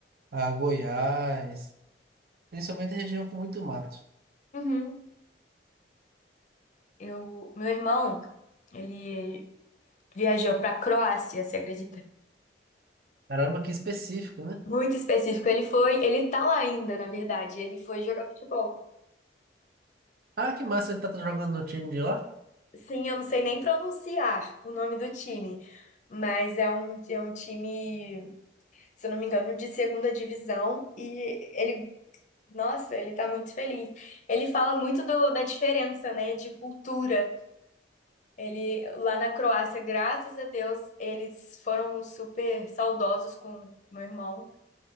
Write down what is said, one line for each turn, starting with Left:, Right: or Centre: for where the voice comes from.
Right: a Goiás, principalmente região com muito mato.
Left: Uhum. Eu, meu irmão, ele viajou pra Croácia, você acredita?
Right: Caramba, que específico, né?
Left: Muito específico. Ele foi, ele tá lá ainda, na verdade. Ele foi jogar futebol.
Right: Ah, que massa, ele tá jogando no time de lá?
Left: Sim, eu não sei nem pronunciar o nome do time, mas é um, é um time, se eu não me engano, de segunda divisão. E ele Nossa, ele tá muito feliz. Ele fala muito do- da diferença, né, de cultura. Ele lá na Croácia, graças a Deus, eles foram super saudosos com meu irmão,